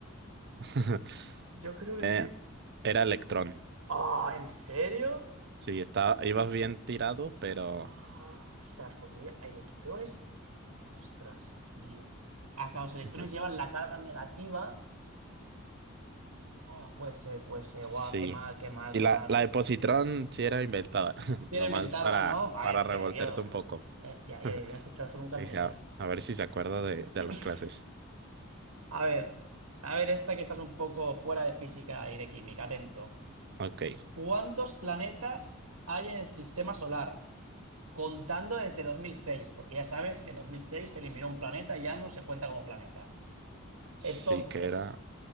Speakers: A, on the right; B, on the right.
A: <laughs>
B: Yo creo que
A: eh,
B: sí.
A: era electrón.
B: ¡Ah! ¿en serio?
A: Sí, estaba ibas bien tirado, pero
B: Ah, ostras, pues mira, electrones. Ostras, tío. Acá los
A: <laughs>
B: electrones llevan la carga negativa. Oh, puede ser, puede ser.
A: sí.
B: Guau, qué mal, qué mal,
A: Y
B: qué
A: la,
B: mal.
A: la de Positrón sí era inventada, <laughs>
B: Tiene
A: nomás
B: inventada,
A: para,
B: ¿no? Vale,
A: para
B: decía
A: revolterte
B: yo.
A: un poco.
B: Decía
A: <laughs>
B: yo, yo no he escuchado eso nunca
A: Dije,
B: en mi vida.
A: "Ah, a, ver si se acuerda de, de
B: <laughs>
A: las clases.
B: A ver, a ver esta que estás un poco fuera de física y de química, atento.
A: Ok,
B: ¿Cuántos planetas hay en el sistema solar? Contando desde 2006, porque ya sabes que en 2006 se eliminó un planeta y ya no se cuenta como planeta.
A: sí
B: Entonces,
A: que era,